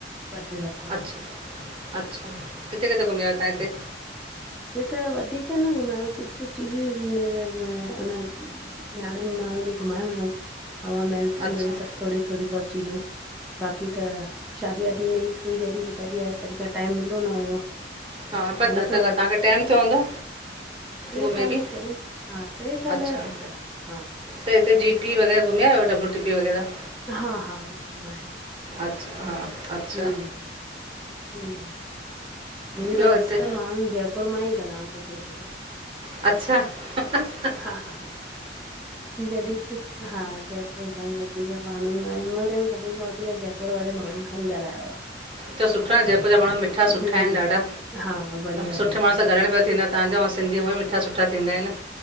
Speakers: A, in the centre; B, on the right (about 30°).
A: ॿ टे दफा।
B: अच्छा अच्छा, किथे किथे घुमी आयउ तां हिते?
A: हुते त वधीक न घुमयाआयूं कुछु कुछु चीजूं न म उन नयाणियूं माण्हुनि में घुमायो हुयूं हवा महल थी
B: अच्छा
A: वयो हे सभु थोरी थोरी बहुत चीजूं बाक़ी त, शादी ॿादी में थोड़ी जॾी त तॾी आयसि तॾी त टाइम मिलियो न हुयो।
B: हा पता
A: मानी
B: त
A: तो
B: तव्हांखे
A: व
B: टाइम थियो हूंदो।
A: टे
B: घुमे
A: साल
B: बि
A: थिया आहिनि, हा टे साल
B: अच्छा
A: थी विया, हा।
B: त हिते जी टी वगैरह घुमियायो डब्ल्यूटीपी वग़ैरह।
A: हा हा उहो घुमायो
B: अच्छा अच्छा
A: हम्म हम्म, मुंहिंजे
B: ॿियो
A: त
B: हिते
A: असकर माण्हुनि जय घर मां ई ॻ्हाइण थो थिए वेठो।
B: अच्छा। ह ह ह
A: हा हा हा, जॾी हा जयपुर खां ई वधीक माण्हू सभिनि खां वधीक जयपुर वारे माण्हुनि खां ई ॻाल्हायो आ।
B: त सुठो न जयपुरा माण्हू मिठा सुठा
A: हम्म
B: आहिनि ॾाढा।
A: हा बढ़िया
B: सुठे
A: बढ़िया
B: माण्हू सां ॻाहण बि थींदा तव्हां जा सिंधी उअईं मिठा सुठा थींदा आहिनि।